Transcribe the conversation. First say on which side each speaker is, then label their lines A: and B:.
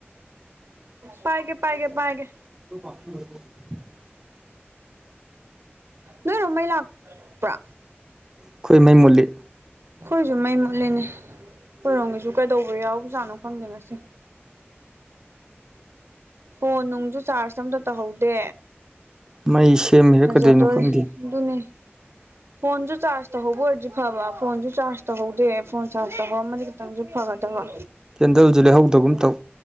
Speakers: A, on the right; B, on the right.
A: ꯄꯥꯏꯒꯦ ꯄꯥꯏꯒꯦ ꯄꯥꯏꯒꯦ
B: <unintelligible>
A: ꯅꯣꯏꯔꯣ ꯃꯩ ꯂꯥꯛꯄ꯭ꯔꯥ
B: ꯑꯩꯈꯣꯏ ꯃꯩ ꯃꯨꯠꯂꯤ
A: ꯑꯩꯈꯣꯏꯁꯨ ꯃꯩ ꯃꯨꯠꯂꯤꯅꯦ ꯑꯩꯈꯣꯏꯔꯣꯝꯒꯤꯁꯨ ꯀꯩꯗꯧꯕ ꯌꯥꯎꯖꯥꯠꯅꯣ ꯈꯪꯗꯦ ꯉꯁꯤ ꯐꯣꯟ ꯅꯨꯡꯁꯨ ꯆꯥꯔꯖ ꯑꯝꯇꯥ ꯇꯧꯍꯧꯗꯦ
B: ꯃꯩ ꯁꯦꯝꯃꯤꯔ
A: ꯐꯖꯗꯣꯔꯦ
B: ꯀꯩꯗꯣꯏꯅꯣ ꯈꯪꯗꯦ
A: ꯑꯗꯨꯅꯤ ꯐꯣꯟꯁꯨ ꯆꯥꯔꯖ ꯇꯧꯍꯧꯕ ꯑꯣꯏꯔꯗꯤ ꯐꯕ ꯐꯣꯟꯁꯨ ꯆꯥꯔꯖ ꯇꯧꯍꯧꯗꯦ ꯐꯣꯟ ꯆꯥꯔꯖ ꯇꯧꯍꯧꯔꯝꯃꯗꯤ ꯈꯤꯇꯪꯁꯨ ꯐꯒꯗꯕ
B: ꯀꯦꯟꯗꯜꯁꯨ ꯂꯩꯍꯧꯗꯒꯨꯝ ꯇꯧ